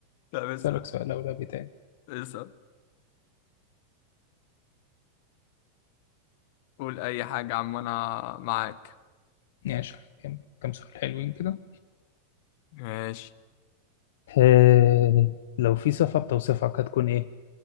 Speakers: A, on the left (about 55°); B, on the left (about 70°).
A: لا بس
B: اسالك سؤال اولى تاني
A: اسال قول اي حاجه يا عم انا معاك
B: ماشي كم كم سؤال حلوين كده
A: ماشي
B: آه، لو في صفه بتوصفك هتكون ايه